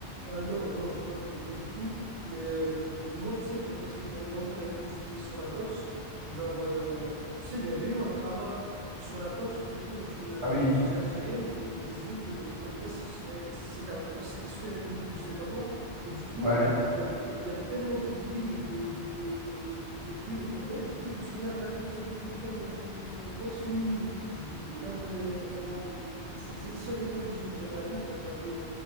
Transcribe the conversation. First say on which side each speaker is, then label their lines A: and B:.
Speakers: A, on the right; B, on the right.
A: Euh, non, non, j'ai pas fait d'épreuve du tout. Mais euh, moi, tu sais, pa- parce que pour rebondir avec ce que tu disais sur la boxe, genre, euh, tu sais, il y avait eu un drama sur la boxe autour d'une euh,
B: Ah oui,
A: boxeuse algérienne où il nous disait que, comme quoi, ce- elle- c'était un transsexuel ou, ou je sais pas quoi. Et du coup,
B: ouais,
A: il y avait, te- il y avait tellement de bruit et de, de, de, de bruit autour d'elle. Du coup, je me suis mis à regarder les, les épreuves euh, boxe féminine, du coup, le- là où elle, elle regardait. Et C'est les seules épreuves des JO que j'ai regardées. Je l'ai regardé